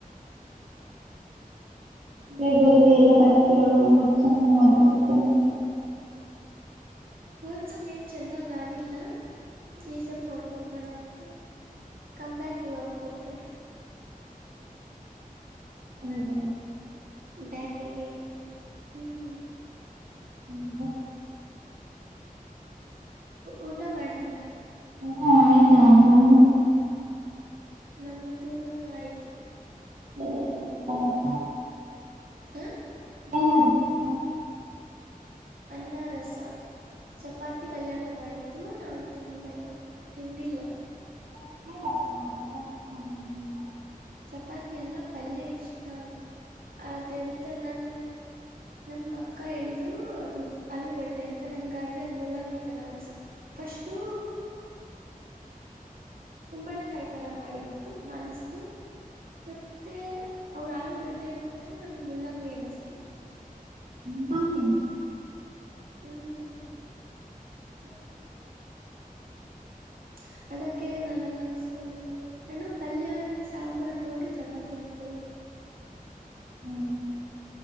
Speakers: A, on the right; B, on the right.
A: ಹೇಗ್ ಬರಿದ್ರಿ ಎಲ್ಲಾ ಪರೀಕ್ಷೆಗಳುದ್ಸುಮ್ಮು ಅದ್ರದ್ ಸುಮ್ಮು
B: ಹೊದಸಮ್ ಏನ್ ಚೆನ್ನಾಗ್ ಆಗಿಲ್ಲ ಈ ಸಮ್ ನೋಡ್ಕೊಳ್ಳೋಣ ಅಂತ ಕಮ್ ಬ್ಯಾಕ್ ಇವಾಗ ಕೊಡ್ತಾ ಇರೋದು.
A: ಹಾಗೆ
B: ಬ್ಯಾಕೆಗೆ ಏನಂತ ಹ್ಮ್.
A: ಹ್ಮ.
B: ಊಟ ಮಾಡಿದ್ರ.
A: ಹಾ ಆಯ್ತಾ ಹ.
B: ನಮ್ದನು ಆಯ್ತು.
A: ಎ.
B: ಹ.
A: ಹೆಏಂಗ ಮಾಡಿದ್ನಿ ಅಪ.
B: ಅನ್ನ ರಸ ಚಪಾತಿ ಪಲ್ಯನೂ ಮಾಡಿದ್ರೂ ನಾವು ತಿಂದಲ್ಲ ತಿಂದಿಲ್ಲ
A: ಹ.
B: ಚಪಾತಿ ಎಲ್ಲ ಪಲ್ಯ ಇಷ್ಟ ಆಗ್ಿಲ್ಲ ಅದೆಂತ ನನ್ ನಮ್ಮ ಅಕ್ಕ ಹೇಳಿದ್ರು ಅದು ಆಲೂಗಡ್ಡೆ ಅಂತ ನನ್ಗಾದ್ರೆ ಅದು ಮುಲ್ಲಂಗಿ ತರ ಅನ್ಸತು ಫಸ್ಟು. ಕುಂಬಳಕಾಯಿ ತರ ಮಾಡಿದ್ದು ಮನ್ಸತು. ಮತ್ತೆ ಅವ್ರ ಆಲೂ. ಗಡ್ಡೆ ಅಂದ ತಕ್ಷಣ ನಂಗಗೆ ಮುಲ್ಲಂಗಗೆ ಅನ್ನಿಸ್ತು
A: ್ಮ ನ
B: ಹ್ಮ್. ಹೌದ ಮಾಡಳ ಅದಕ್ಕೆ ನಾನು ಅದು ಹಾಕ್ಸ್ಕೊಂಡಿಲ್ಲ ನಾನು ಪಲ್ಯ ಸಾಂಬಾರ್ು ನೋಡಿ ಚಪಾತಿ ಹಾಕೊಳ್ಳೋದು.
A: ಹ್ಮ್